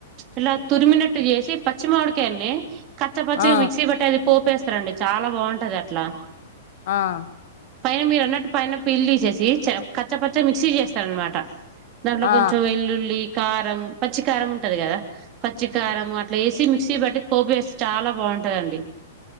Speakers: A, on the right; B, on the left.
A: ఇలా తురిమినట్టు చేసి పచ్చి మామిడికాయల్నే ఖచ్చా పచ్చగా
B: ఆ
A: మిక్సీ పట్ టది పోపేస్తారండి చాలా బాగుంటది అట్లా
B: ఆ అ
A: పైన మీరన్నట్టు పైన పీల్ దీసేసి చప్ కచ్చ పచ్చ మిక్సీ చేస్తారన్మాట. దాంట్లో
B: ఆ
A: కొంచెం వెల్లుల్లి కారం పచ్చి కారం ఉంటది గదా! పచ్చికారము అట్ల యేసి మిక్సీ బట్టి పోపు వేస్తె చాలా బావుంటదండి